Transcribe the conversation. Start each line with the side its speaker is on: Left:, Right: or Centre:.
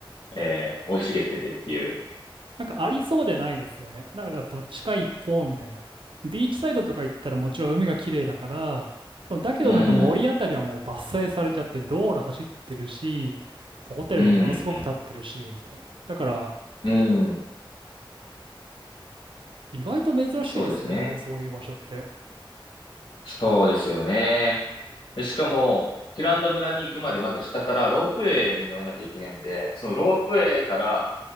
Left: えー、生い茂っててっていう。
Right: なんかありそうでないですよね。なんかどっちか一方みたいな。ビーチサイドとか行ったらもちろん海が綺麗だから、でもだけどなんか森あたりはもう伐採されちゃって道路走ってるし、
Left: うん、
Right: ホテルがものすごく建ってるし、
Left: うん、
Right: みたいな。だから
Left: うん。
Right: 意外と珍しいですよね。
Left: そうですね。
Right: やっぱそういう場所って
Left: そうですよね。でしかも、ヒランダ村に行くまでまず下からロープウェイに乗らなきゃいけないので、そのロープウェイから、